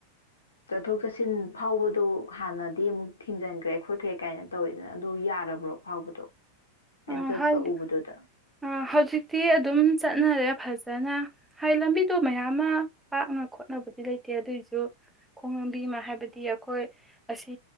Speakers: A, on the left; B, in the centre.
A: ꯆꯠꯊꯣꯛ ꯆꯠꯁꯤꯟ ꯐꯥꯎꯕꯗꯣ ꯍꯥꯟꯅꯗꯤ ꯑꯃꯨꯛ ꯊꯤꯡꯖꯟꯈ꯭ꯔꯦ ꯈꯣꯠꯈ꯭ꯔꯦ ꯀꯥꯏꯅ ꯇꯧꯌꯤꯗꯅ ꯑꯗꯣ ꯌꯥꯔꯕ꯭ꯔꯣ ꯐꯥꯎꯕꯗꯣ ꯑꯩꯅ
B: ꯑꯥ
A: ꯆꯠꯄ
B: ꯍꯥꯏꯗꯤ
A: ꯎꯕꯗꯨꯗ
B: ꯑ ꯍꯧꯖꯤꯛꯇꯤ ꯑꯗꯨꯝ ꯆꯠꯅꯔꯦ ꯐꯖꯅ ꯍꯥꯏ ꯂꯝꯕꯤꯗꯣ ꯃꯌꯥꯝ ꯑꯃ ꯄꯥꯛꯅ ꯈꯣꯠꯅꯕꯗꯤ ꯂꯩꯇꯦ ꯑꯗꯨꯏꯖꯨ ꯈꯣꯡ ꯂꯝꯕꯤ ꯑꯃ ꯍꯥꯏꯕꯗꯤ ꯑꯈꯣꯏ ꯑꯁꯤ